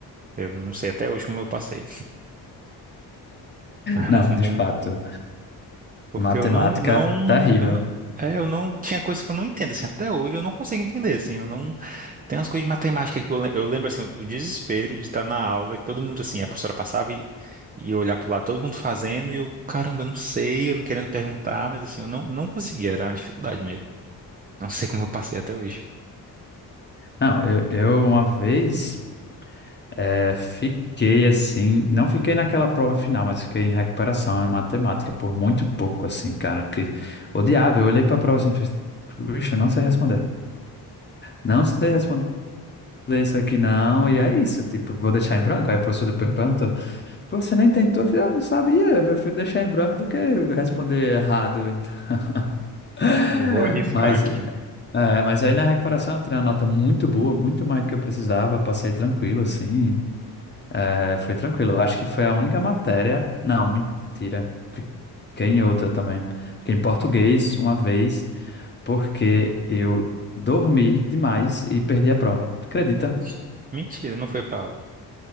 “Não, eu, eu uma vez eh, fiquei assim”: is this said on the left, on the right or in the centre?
Left